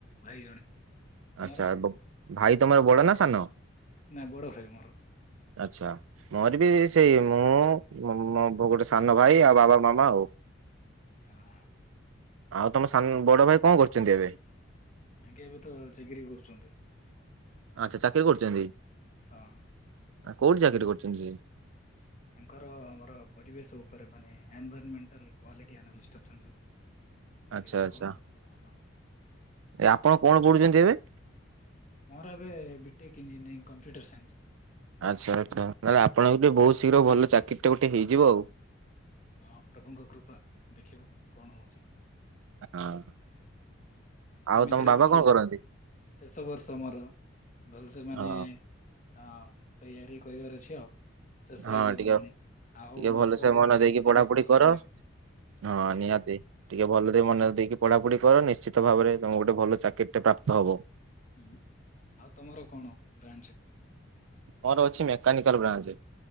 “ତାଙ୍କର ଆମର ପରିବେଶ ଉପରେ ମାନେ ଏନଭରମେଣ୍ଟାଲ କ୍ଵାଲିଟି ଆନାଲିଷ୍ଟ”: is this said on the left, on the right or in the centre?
Left